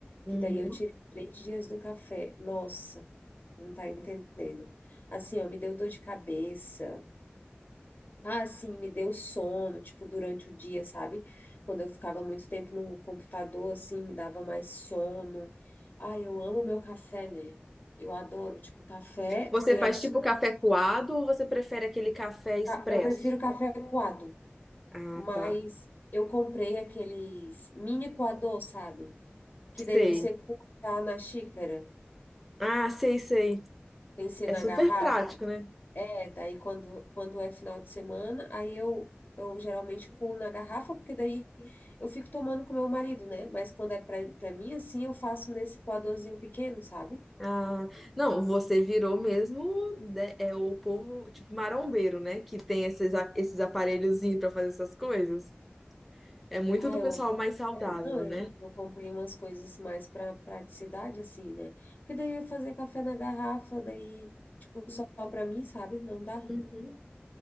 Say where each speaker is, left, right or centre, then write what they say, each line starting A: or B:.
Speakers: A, in the centre; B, on the left (about 45°).
A: Uhum.
B: Que daí eu tirei três dias do café. Nossa, não tá entendendo. Assim, ó, me deu dor de cabeça. Ah, assim, me deu sono, tipo, durante o dia, sabe? Quando eu ficava muito tempo no computador, assim, me dava mais sono. Ah, eu amo meu café, né? Eu adoro, tipo, café
A: Você
B: sem
A: faz
B: açúcar.
A: tipo café coado ou você prefere aquele café expresso?
B: Ah, Eu prefiro café coado.
A: Ah,
B: Mas
A: tá.
B: eu comprei aqueles mini coador, sabe? Que
A: Sei.
B: daí você coloca na xícara,
A: Ah, sei, sei.
B: tem que ser
A: É
B: na
A: super
B: garrafa.
A: prático, né?
B: É, daí quando, quando é final de semana, aí eu, eu geralmente pulo na garrafa, porque daí eu fico tomando com meu marido, né? Mas quando é pra, pra mim, assim, eu faço nesse coadorzinho pequeno, sabe?
A: Ah, não, você virou mesmo de- é o povo tipo marombeiro, né? Que tem esses, a- esses aparelhozinhos pra fazer essas coisas. É muito
B: Ah,
A: do
B: eu.
A: pessoal mais saudável,
B: é, não, é,
A: né?
B: eu comprei umas coisas mais para praticidade, assim, né? Porque daí eu ia fazer café na garrafa, daí, tipo, só pra mim, sabe? Não dá.
A: Hum.